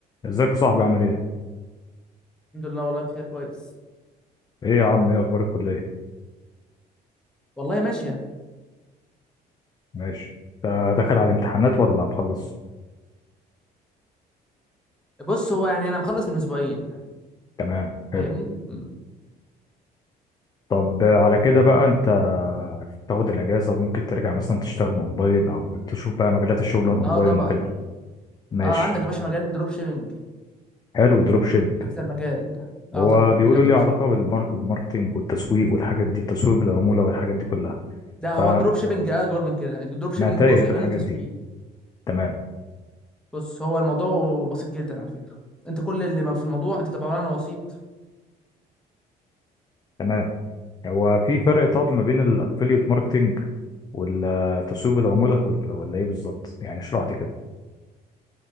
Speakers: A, on the left; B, in the centre.
A: ازيك يا صاحبي عامل ايه؟
B: الحمد لله والله بخير كويس
A: ايه يا عم ايه اخبار الكلية؟
B: والله ماشية
A: ماشي انت داخل على الامتحانات ولا مخلص؟
B: بص هو يعني انا مخلص من اسبوعين
A: تمام
B: فاهمني
A: حلو
B: مم.
A: طب على كده بقى انت تاخد الاجازة ممكن ترجع مثلا تشتغل اونلاين او تشوف بقى مجالات الشغل اونلاين
B: اه طبعا
A: وكده ماشي
B: اه عندك يا باشا مجال الدروب شيبنج
A: حلو دروب شيبنج
B: احسن مجال اه
A: هو
B: طبعا
A: بيقولوا
B: مجال الدروب
A: لي علاقة
B: شيبنج
A: بالمار- بالماركتينج والتسويق والحاجات دي تسويق بالعمولة والحاجات دي كلها
B: ده
A: فانا
B: هو الدروب شيبنج اكبر من كده الدروب شيبنج
A: تايه
B: جزء
A: في الحاجات
B: منه تسويق
A: دي تمام
B: بص هو الموضوع بسيط جدا على فكرة انت كل اللي في الموضوع انت بتبقى عبارة عن وسيط
A: تمام هو في فرق طب ما بين الافيليت ماركتينج ولا تسويق بالعمولة ولا ولا ايه بالظبط يعني اشرح لي كده